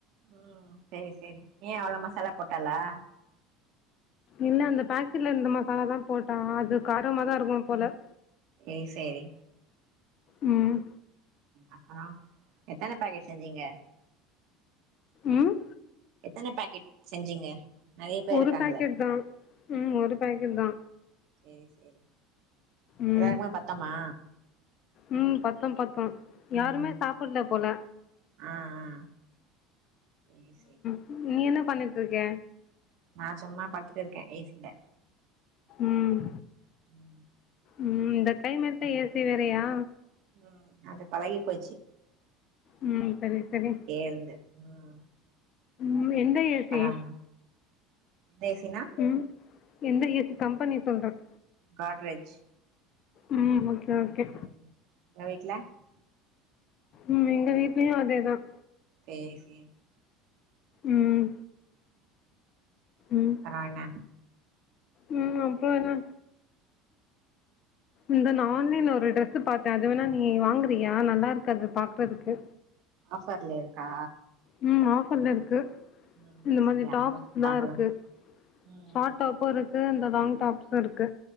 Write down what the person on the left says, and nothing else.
இல்ல அந்த பாக்கெட்ல இருந்த மசால தா போட்டா அது காரமா தா இருக்கு போல
ம்
ம்
ஒரு
பேக்கெட் தா ம் ஒரு பேக்கெட் தா
ம்
ம் பத்தும் பத்தும் யாருமே
சாப்புல்ல போல
ம் நீ என்ன பண்ணிட்டு இருக்க
ம்
ம் இந்த கிளைமேட்ல ஏ சி வேறயா
உம் சரி சரி
உம் எந்த ஏ
சி
ம் எந்த ஏ சி கம்பெனி சொல்றேன்
ம் ஓகே ஓகே
ம் எங்க வீட்லயும் அதேதான்
ம் ம்
ம் அப்பறம் என்ன இந்த நான் ஆன்லைன்ல ஒரு டிரரெஸ்ஸு பாத்தேன் அது வேணா நீ வாங்குறியா நல்லாருக்கு அது பாக்குறதுக்கு
ம் ஆஃபர்ல இருக்கு
இந்த
மாதிரி
டாப்ஸ்
தா இருக்கு
ஷார்ட்
டாப்பும் இருக்கு கு இந்த லாங் டாப்ஸும் இருக்கு